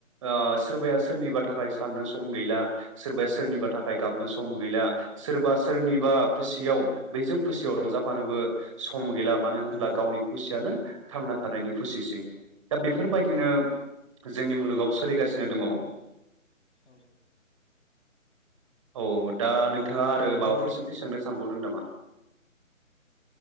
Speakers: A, on the right; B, on the left.
A: ओ सोरबाया सोरनिबा थाखाय साननो सम गैला सोरबाया सोरनिबा थाखाय गाबनो सम गैला सोरबा सोरनिबा खुसियाव बैजों खुसियाव रंजाफानोबो सम गैला मानो होनब्ला
B: औ
A: गावनि खुसियानो थांना थानायनि खुसिसै दा बेफोरबायदिनो
B: औ
A: जोंनि मुलुगाव सोलिगासिनो दङ
B: औ
A: औ दा
B: ओमफ्राय
A: नों नोंथाङा आरो
B: बिदिनो
A: माबाफोर सोंथि सोंनो सानबाव दों नामा